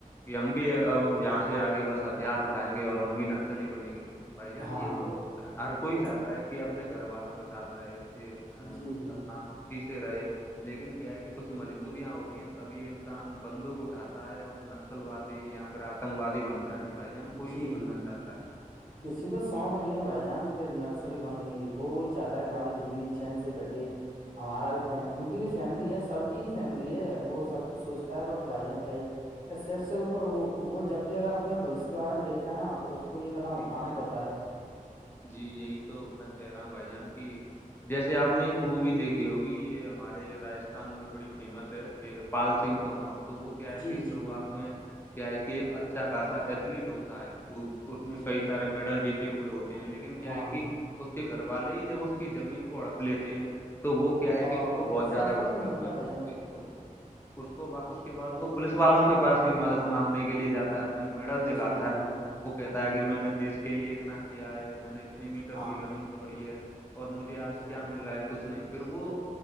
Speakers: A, on the left; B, on the right.
A: کہ ہم بھی اب یہہاں سے آگے بس ہتھیار اٹھائیں گے اور ہم بھی نکسلی بنیں گے بھائی جان
B: ہاں
A: یہ تو ہر کوئی
B: وہ
A: چاہتا ہے کہ اپنے گھر والوں کے ساتھ رہے ج
B: جی جی
A: اپنا سیھے رہے لیکن کیا ہے کہ کچھ مجبوریاں ہوتی ہیں تبھی یہ انسان بندوق اٹھاتا ہے اور نکسل وادی یااں پھر آتنک وادی بنتا ہے نہیں بھائی جان کوئی
B: جی
A: نہیں بننا
B: جی
A: چاہتا ہے
B: کسی کو شوق نہیں ہے بائی جانس نکسلی بننے کی وہ وہی چاہتا ہے کہ ہماری زندگی چین سے کٹے ہمارا بھی ان کی بھی فیملی ہے سب کی ہی فیملی ہے وہ سب کچھ سوچتا ہے ب بھائی جان کیا سر سے اوپر وہ جب بھی اگر اپنے اس کے بارے میں دیکھتا ہے نا تو اس کو یہ قدم
A: جی
B: اٹھانا ہی
A: جی
B: پڑتا ہے
A: جی یہی تو میں کہہ رہا ہوں بھائی جان کی جیسے آپ نے ایک مووی دیکھی ہوگی یہ ہمارے راجستھان میں بڑی فیمس ہے کہ پال سنگھ تومر تو وہ کیا ہے کہ
B: جی
A: شروعات
B: جی
A: میں کیا ہے کہ ایک اچھا خاصا ایتھلیٹ ہوتا ہے اس میں
B: جی
A: کئی سارے میڈل جیتے ہوئے ہوتے ہیں لیکن کیا
B: ہاں
A: ہے کہ اس کے گھر والے ہی جب اس کی زمین کو اڑپ لیتے ہیں تو وہ کیا ہے
B: اور
A: کہ اس کو بہت
B: پرشاسن
A: زیادہ غصہ
B: بھی نہیں
A: آتا
B: سنتا
A: ہے
B: بھائی
A: اس
B: جان کی تو
A: اس کو اس کے بعد وہ پولیس والوں کے پاس بھی مدد مانگنے کے لیے جاتا اپنے میڈل دکھاتا
B: جی جی
A: ہے وہ کہتا
B: جی
A: ہے کہ میں نے دیش کے لیے اتنا کیا ہے میں نے کتنی میٹر
B: ہاں
A: کی رننگ دوڑی ہے اور مجھے آج
B: جی
A: کیا مل رہا ہے کچھ نہیں تھا پھر وہ